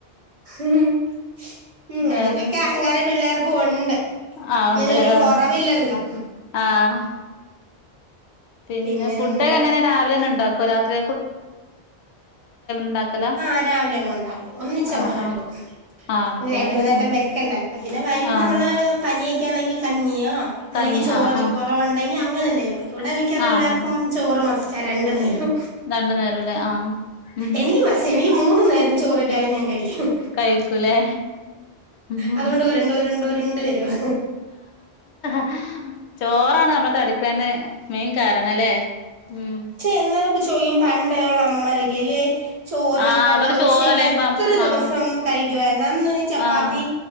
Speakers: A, on the right (about 35°); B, on the left (about 85°).
A: ഉം
B: വേറെന്ന
A: അതിന്റെക്കെ അഹങ്കാരം പിള്ളേർക്കും ഒണ്ട്
B: ആ
A: ഒന്നിനൊരു
B: ഉണ്ട് ആ
A: കൊറവില്ലല്ലോ <inaudible>
B: ആഹ് പിന്നെ
A: പിന്നെന്താ
B: ഫുഡെക്കെ എങ്ങനാ രാവിലെതന്നെ ഉണ്ടാക്കോ രാത്രി ഉണ്ടാക്കലാ
A: ആ രാവിലെയങ്ങ് ഒണ്ടാക്കും ഒന്നിച്ചങ്ങ്
B: ആഹ്
A: എടുക്കും
B: ആഹ് ആഹ് എടുക്കൂലേ
A: പിന്നെ രണ്ടുമൂന്നുവട്ടം
B: ഉം
A: വെക്കണ്ടല്ലോ പിന്നെ വൈകിട്ട്
B: ആഹ്
A: നമ്മള് പനിയൊക്കെ ആണെങ്കി കഞ്ഞിയോ
B: കഞ്ഞി
A: അല്ലെങ്കി ചോറൊക്കെ
B: ആഹ് ആഹ്
A: കൊറവൊണ്ടെങ്കി അങ്ങനെയെന്തേലും ഇവിടെ മിക്കവാറും
B: ആഹ്
A: എല്ലാർക്കും ചോറുമസ്റ്റാ രണ്ടുനേരേം
B: രണ്ടു നേരംല്ലേ ആഹ് ഉം
A: എനിക്കുമസ്റ്റാ എനിക്കു മൂന്നുനേരം ചോറുകിട്ടിയാലും ഞാൻകഴിക്കും
B: കഴിക്കൂലേ ഉം
A: അതുകൊണ്ട് ഉരുണ്ടു ഉരുണ്ടു ഉരുണ്ടു വരുവാ
B: ഹാ ചോറാണ് നമ്മ തടിക്കണേൻ്റെ മെയിൻ കാരണല്ലേ ഉം
A: എന്നായിപ്പ ചോയിക്കും പണ്ടൊള്ള അമ്മമാരൊക്കെയില്ലേ ചോറ്
B: ആഹ്
A: വെള്ളമൊഴിച്ച്
B: അവര് ചോറല്ലേ
A: എത്രദിവസം
B: ഇപ്പം ആഹ്
A: കഴിക്കുവായിരുന്നു അന്ന് ഈ ചപ്പാത്തി
B: ആഹ്